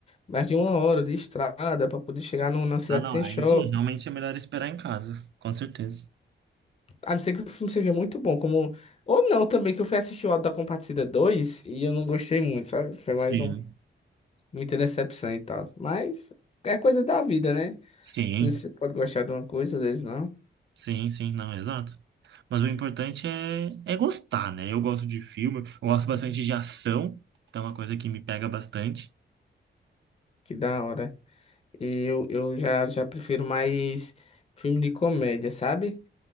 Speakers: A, on the left (about 30°); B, on the right (about 70°).
A: mais de uma hora de estrada para poder chegar no, na cidade
B: Ah, não,
A: que tem
B: aí
A: shopping.
B: sim, realmente é melhor esperar em casa, com certeza.
A: A não ser que o filme seja muito bom, como. Ou não também, que eu fui assistir o Auto da Compadecida 2 e eu não gostei muito, sabe? Foi mais
B: Sim.
A: um. Muita decepção e tal. Mas é coisa da vida, né?
B: Sim,
A: Às vezes você pode gostar de uma coisa, às vezes não.
B: sim, sim, não, exato. Mas o importante é, é gostar, né? Eu gosto de filme, eu gosto bastante de ação, então é uma coisa que me pega bastante.
A: Que da hora. E eu, eu já, já prefiro mais filme de comédia, sabe?